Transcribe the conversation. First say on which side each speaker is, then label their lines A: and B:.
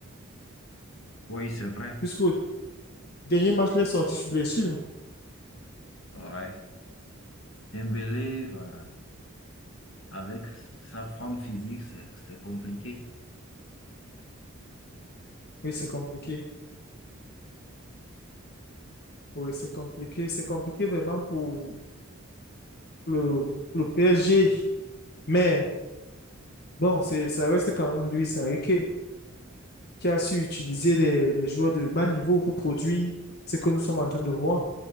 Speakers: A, on the left; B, on the left.
A: Oui, c'est vrai.
B: Puisqu'au dernier match, il est sorti sous blessure.
A: Ouais. Dembélé, voilà. Avec sa forme physique, c'est c'est compliqué.
B: Oui, c'est compliqué. Oui, c'est compliqué. C'est compliqué vraiment pour le, le PSG. Mais bon, c'est, ça reste quand même Luis Enrique qui a su utiliser des, des joueurs de bas niveau pour produire ce que nous sommes en train de voir.